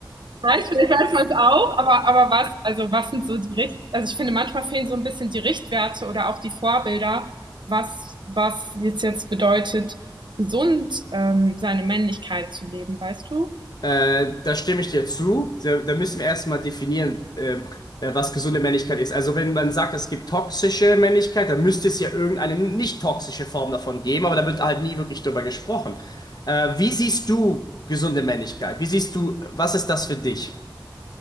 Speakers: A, on the right; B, on the left.
A: Nein, ich finde, ich weiß es auch, aber, aber was, also was sind so die Richt, also ich finde, manchmal fehlen so ein bisschen die Richtwerte oder auch die Vorbilder, was, was jetzt jetzt bedeutet, gesund ähm, seine Männlichkeit zu leben, weißt du?
B: Äh, da stimme ich dir zu. Da, da müssen wir erstmal definieren, äh, äh, was gesunde Männlichkeit ist. Also wenn man sagt, es gibt toxische Männlichkeit, dann müsste es ja irgendeine nicht toxische Form davon geben, aber da wird halt nie wirklich drüber gesprochen. Äh, wie siehst du gesunde Männlichkeit? Wie siehst du, was ist das für dich?